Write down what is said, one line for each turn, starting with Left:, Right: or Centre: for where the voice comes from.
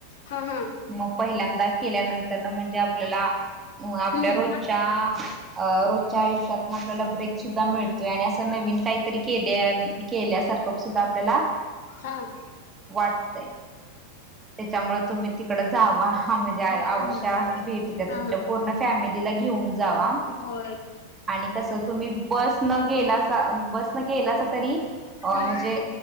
Left: हा हा
Right: मग पहिल्यांदा केल्यानंतर ना म्हणजे आपल्याला अ आपल्या
Left: हम्म
Right: रोजच्या अ रोजच्या आयुष्यात आपल्याला ब्रेक सुद्धा मिळतोय आणि असं नवीन काहीतरी केल्या केल्यासार द्धा आपल्याला
Left: ह
Right: वाटते त्याच्यामुळे तुम्ही तिकड जावा म्हणजे अवश्य
Left: हम्म
Right: भेट द्या
Left: हा
Right: तुमच्या पूर्ण फॅमिली दिलागी उं जाावा
Left: हो
Right: आणि कसं तुम्ही बस न गेला बस न गेला अस तरी अ
Left: हम्म
Right: म्हणजे